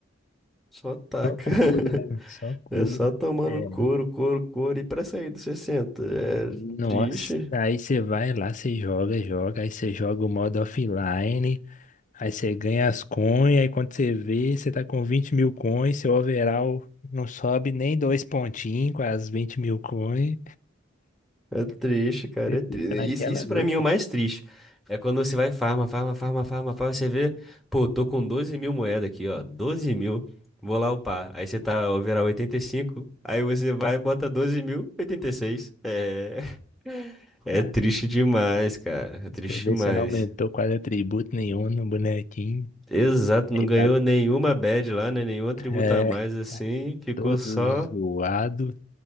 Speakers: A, in the centre; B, on the left.
A: Só taca.
B: só couro,
A: <laughs>
B: né? Só couro.
A: É só tomando
B: É.
A: couro, couro, couro. E pra sair dos 60 É
B: Nossa,
A: triste.
B: aí você vai lá, você joga, joga, aí você joga o modo offline, aí você ganha as coins, aí quando você vê, você tá com 20 mil coins, seu overall não sobe nem dois pontinhos com as 20 mil coins,
A: É triste, cara. É triste.
B: fica naquela
A: Isso, isso
B: luta.
A: pra mim é o mais triste. É quando você vai farma, farma, farma, farma, farma. Você vê, pô, tô com doze mil moedas aqui, ó. doze mil. Vou lá upar. Aí você tá overall oitenta e cinco Aí você vai e bota doze mil, oitenta e seis É, <laughs> é
B: Tá,
A: triste
B: aí
A: demais, cara. É triste
B: Você vê
A: demais.
B: se não aumentou quase atributo nenhum no bonequinho,
A: Exato, não
B: aí
A: ganhou
B: tá
A: nenhuma badge lá, né? Nenhum atributo
B: é,
A: a mais assim, ficou
B: todo
A: só.
B: zoado.